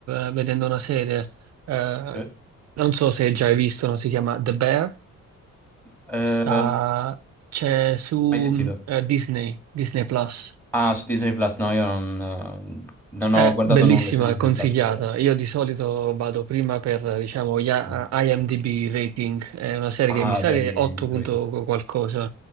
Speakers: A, on the right; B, in the centre.
A: eh, vedendo una serie, eh,
B: Eh?
A: non so se già hai visto, no? Si chiama The Bear,
B: Eh,
A: sta, c'è su
B: mai sentito?
A: mm, eh, Disney, Disney Plus.
B: Ah, su Disney Plus, no, io non, eh, non
A: È
B: ho guardato
A: bellissima,
B: nulla su Disney
A: è consigliata.
B: Plus per ora.
A: Io di solito vado prima per, diciamo, gli A-
B: Mm.
A: IMDb rating. È una serie
B: Ah,
A: che mi sa
B: belli,
A: che è 8
B: trovi
A: punto
B: tutto.
A: qualcosa.